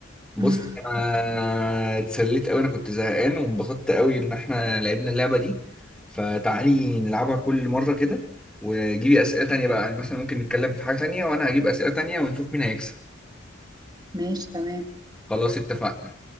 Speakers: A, in the centre; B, on the right.
A: بص
B: <laughs>
A: أنا اتسليت قوي أنا كنت زهقان وانبسطت قوي إن إحنا لعبنا اللعبة دي فتعالي نلعبها كل مرة كده وجيبي أسئلة تانية بقى يعني مثلا ممكن نتكلم في حاجة تانية وأنا هجيب أسئلة تانية ونشوف مين هيكسب
B: ماشي تمام
A: خلاص اتفقنا